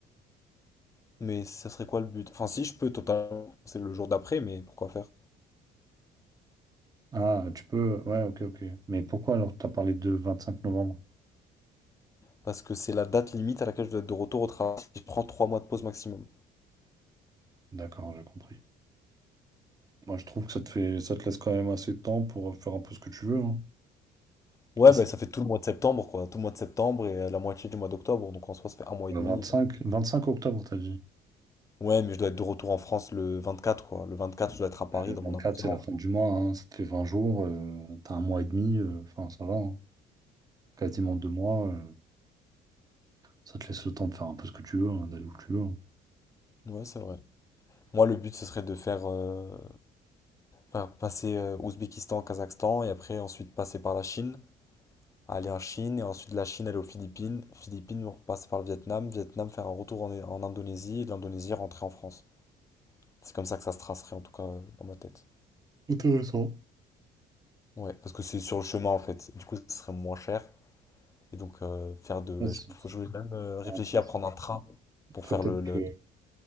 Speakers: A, on the left; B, on the right.
A: Mais ça serait quoi le but? Enfin, si je peux totalement, c'est le jour d'après, mais pourquoi faire?
B: Ah, tu peux. Ouais, ok, ok. Mais pourquoi alors t'as parlé de 25 novembre?
A: Parce que c'est la date limite à laquelle je dois être de retour au travail si je prends trois mois de pause maximum.
B: D'accord, j'ai compris. Moi, je trouve que ça te fait, ça te laisse quand même assez de temps pour faire un peu ce que tu veux. hein.
A: Ouais,
B: Et
A: bah ça fait tout le mois de septembre, quoi. Tout le mois de septembre et euh, la moitié du mois d'octobre. Donc en soi, ça fait un mois
B: Le
A: et demi.
B: 25,
A: euh.
B: 25 octobre, t'as dit.
A: Ouais, mais je dois être de retour en France le vingt-quatre, quoi. Le vingt-quatre, je dois être à Paris
B: Ah, Le
A: dans
B: 24,
A: mon appartement.
B: c'est la fin du mois, hein, ça te fait 20 jours, euh, t'as un mois et demi, euh, enfin ça va, hein. quasiment deux mois, euh, ça te laisse le temps de faire un peu ce que tu veux, hein, d'aller où tu veux. hein.
A: Ouais, c'est vrai. Moi, le but, ce serait de faire euh, faire passer euh, Ouzbékistan, Kazakhstan et après, ensuite, passer par la Chine. Aller en Chine et ensuite de la Chine aller aux Philippines. Philippines, passer par le Vietnam. Vietnam, faire un retour en, en Indonésie et de l'Indonésie, rentrer en France. C'est comme ça que ça se tracerait, en tout cas, euh, dans ma tête.
B: Intéressant.
A: Ouais, parce que c'est sur le chemin en fait. Du coup, ce serait moins cher. Et donc, euh, faire de.
B: Ouais,
A: ouais,
B: c'est
A: Je, faut- je voulais même
B: super
A: euh, réfléchir
B: intéressant.
A: à prendre un train pour
B: Après,
A: faire
B: peut-être
A: le, le...
B: que